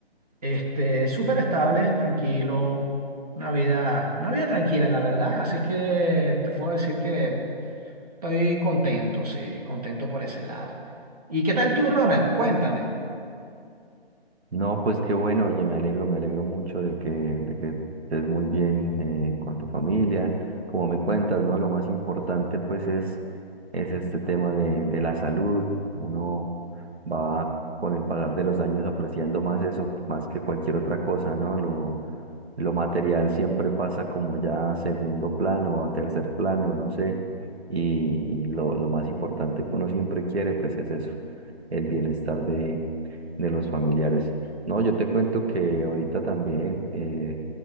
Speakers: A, on the right; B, on the right.
A: este, súper estable, tranquilo, una vida, una vida tranquila, la verdad, así es que te puedo decir que estoy contento, sí, contento por ese lado. ¿Y qué tal tú, Ronald? Cuéntame.
B: No, pues qué bueno, oye, me alegro, me alegro mucho de que, de que estés muy bien eh, con tu familia. Como me cuentas, ¿no? Lo más importante pues es, es este tema de, de la salud. Uno va con el pasar de los años apreciando más eso, más que cualquier otra cosa, ¿no? Lo, lo material siempre pasa como ya a segundo plano o a tercer plano, no sé. Y, y lo, lo más importante que uno siempre quiere pues es eso, el bienestar de, de los familiares. No, yo te cuento que ahorita también eh,